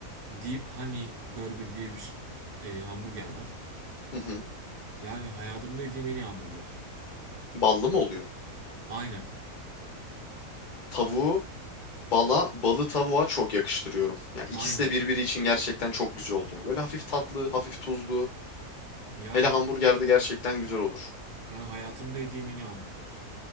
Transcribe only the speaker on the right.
Deep Honey Burger diye bir ş- e, hamburger var.
Yani hayatımda yediğim en iyi hamburger.
Aynen.
Aynen.
Yani
yani hayatımda yediğim en iyi hamburger.